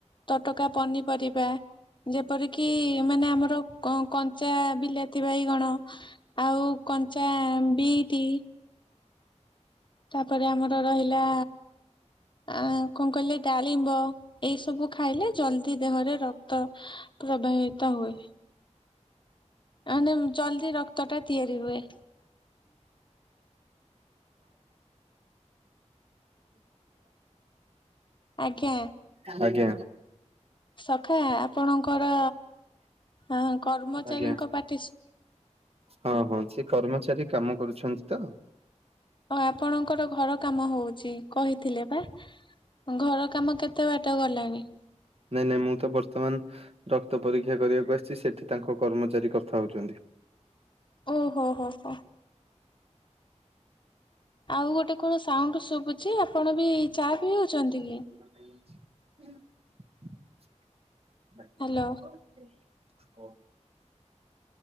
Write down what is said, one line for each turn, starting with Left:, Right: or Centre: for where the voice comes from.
Left: ତଟକା ପନିପରିବା। ଯେପରିକି ମାନେ ଆମର କ କଞ୍ଚା ବିଲା ତି ବାଇଗଣ ଆଉ କଞ୍ଚା ବିଟ। ତାପରେ ଆମର ରହିଲା ଆ କଣ କହିଲେ ଡାଳିମ୍ବ ଏଇ ସବୁ ଖାଇଲେ ଜଲ୍ଦି ଦେହରେ ରକ୍ତ ପ୍ରବାହିତ ହୁଏ‌। ଆନେମ୍ ଜଲଦି ରକ୍ତ ଟା ତିଆରି ହୁଏ। ଆଜ୍ଞା।
Right: <unintelligible> <unintelligible> ଆଜ୍ଞା।
Left: ସଖା ଆପଣଙ୍କର ହଁ କର୍ମଚାରୀଙ୍କ
Right: ଆଜ୍ଞା
Left: ପାଟିସ୍
Right: ହଁ ହଁ ସେ କର୍ମଚାରୀ କାମ କରୁଛନ୍ତି ତ
Left: ଓ ଆପଣଙ୍କର ଘର କାମ ହଉଛି କହୁଥିଲେ ପା? ଘର କାମ କେତେ କେତେ ବାଟ ଗଲାଣି?
Right: ନାଇଁ ନାଇଁ ମୁଁ ତ ବର୍ତ୍ତମାନ ରକ୍ତ ପରୀକ୍ଷା କରିବାକୁ ଆସିଛି ସେଠି ତାଙ୍କ କର୍ମଚାରୀ କଥା ହଉଛନ୍ତି।
Left: ଓ ହୋ ହୋ ହୋ। ଆଉ ଗୋଟେ କଣ ସାଉଣ୍ଡ ଶୁଭୁଛି ଆପଣ ବି ଚା ପିଇଉଛନ୍ତି କି?
Right: ହୁଁ।
Left: ହ୍ୟାଲୋ